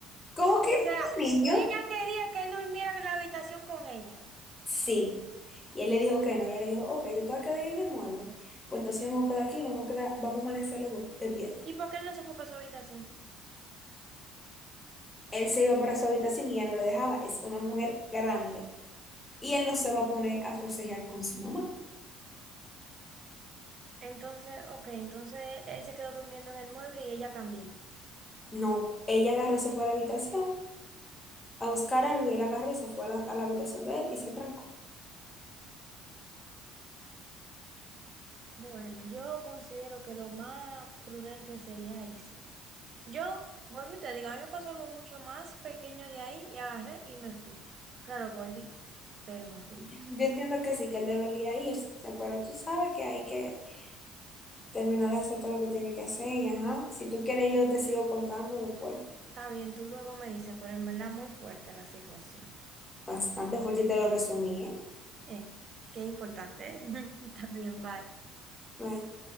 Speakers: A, on the left; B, on the right.
A: ¿Cómo que
B: O
A: un
B: sea,
A: niño?
B: ella quería que él durmiera en la habitación con ella.
A: Sí. Y él le dijo que no. Y ella le dijo, ok, tú te vas a quedar ahí en el mueble. Pues entonces vamos a quedar aquí, no vamos a quedar, vamos a amanecer los dos despiertos.
B: ¿Y por qué él no se fue para su habitación?
A: Él se iba para su habitación y ella no lo dejaba. Es una mujer grande. Y él no se va a poner a forcejear con su mamá.
B: Entonces, ok, entonces él se quedó durmiendo en el mueble y ella también.
A: No. Ella agarró y se fue a la habitación a buscar algo y él agarró y se fue a la, a la habitación de él y se trancó.
B: Bueno, yo considero que lo más prudente sería irse. Yo, volví, y te digo, a mí me pasó algo mucho más pequeño de ahí y agarré y me fui. Claro, volví, pero me fui.
A: Yo entiendo que sí, que él debería irse, pero tú sabes que hay que terminar de hacer todo lo que tiene que hacer y ajá. Si tú quieres, yo te sigo contando después.
B: Está bien, tú luego me dices, pero en verdad muy fuerte la situación.
A: Bastante fuerte y te lo resumí, ¿eh?
B: Eh, qué importante, ¿eh? <laughs> También, bye.
A: Bye.